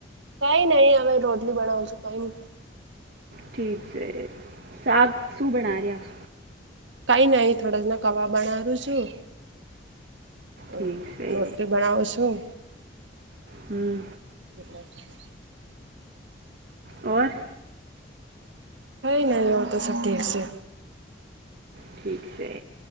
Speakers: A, on the right; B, on the right.
A: કઈ નઈ હવે રોટલી બનાવ છું કઈ.
B: ઠીક છે શક શું બના રહ્યા.
A: કઈ ન અહી થોડ જ ના કવા બનાું છું. હમ
B: ઠીક છે
A: રોટલી બનાવું છું.
B: હમ.
A: મ <unintelligible>
B: ઓર.
A: હ નહીં હો તો શ દર છે.
B: ઠી છે.